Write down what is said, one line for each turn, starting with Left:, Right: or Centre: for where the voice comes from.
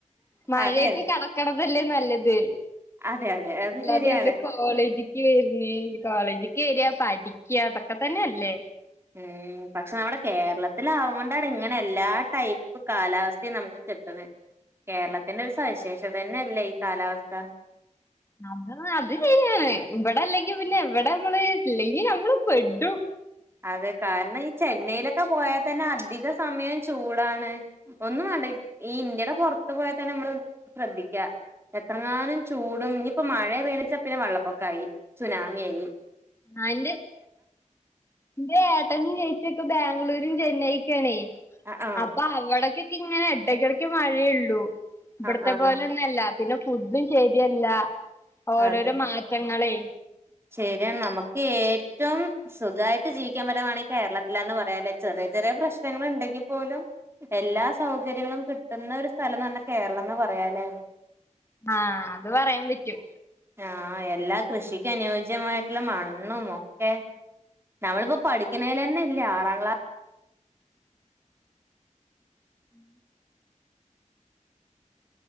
Left: മഴയത്ത്
Right: അതെ
Left: കെടക്ക്ണതല്ലേ നല്ലത്.
Right: അതെ അതെ അത്
Left: ഇല്ല
Right: ശരിയാണ്
Left: അതെൻ്റെ കോ കോളേജിക്ക് വരിന് കോളേജിക്ക് വരിക പഠിക്കാ ഇതൊക്കെ തന്നെ അല്ലേ
Right: ഉം ഉം പക്ഷെ നമ്മുടെ കേരളത്തിലാവോണ്ടാണ് ഇങ്ങനെ എല്ലാ ടൈപ്പ് കാലാവസ്ഥയും നമ്മക്ക് കിട്ടണെ. കേരളത്തിന്റെ ഒരു സവിശേഷത തന്നെയല്ലേ ഈ കാലാവസ്ഥ
Left: നമ്മള അത് ശരിയാണ് ഇവിടെ അല്ലെങ്കി പിന്നെ എവിടെ നമ്മള് ഇല്ലെങ്കി നമ്മള് പെടും
Right: അതെ, കാരണം ഈ ചെന്നൈയിലൊക്ക പോയത്തന്നെ അധിക സമയം ചൂടാണ് ഒന്നും വേണ്ട ഇ ഈ ഇൻ്റ്യേടെ പൊറത്ത് പോയാത്തന്നെ മ്മള് ശ്രദ്ധിക്കാ എത്രനാനും ചൂടും ഇനിയിപ്പം മഴയെ പേണിച്ചാ പിന്നെ വള്ളപ്പൊക്കായി സുനാമിയായി
Left: <unintelligible> ന്റെ ഏട്ടനും ചേച്ചി ഒക്കെ ബാംഗ്ലൂരും ചെന്നൈക്കു ആണേ
Right: ആഹ് ആഹ്
Left: അപ്പൊ അവിടക്കെ ക്ക് ഇങ്ങനെ എടക്കെടക്ക് മഴേ ഉള്ളൂ. ഇവിടത്തെ
Right: ആഹ്
Left: പോലെന്നെ
Right: ആഹ്
Left: എല്ലാം. പിന്നെ ഫുഡും ശരിയല്ല, ഓരോരോ
Right: അതെ
Left: മാറ്റങ്ങളേ.
Right: ശരിയാണ്, നമക്ക് ഏറ്റവും സുഖായ് ഒട്ടും ജീവിക്കാൻ പറ്റമാണ് ഈ കേരളത്തിലന്ന് പറയാല്ലേ ചെറിയ ചെറിയ പ്രശ്നങ്ങള് ഉണ്ടെങ്കിൽ പോലും എല്ലാ സൗകര്യങ്ങളും കിട്ടുന്ന ഒരു സ്ഥലംന്ന് പറഞ്ഞ കേരളംന്ന് പറയാലേ
Left: ആഹ് അത് പറയാൻ പറ്റും.
Right: ആഹ് എല്ലാ കൃഷിക്ക് അനുയോജ്യമായിട്ടുള്ള മണ്ണും ഒക്കെ നമ്മളിപ്പ പഠിക്കുന്നേല തന്നെല്ലേ ആറാം ക്ലാ
Left: ഉം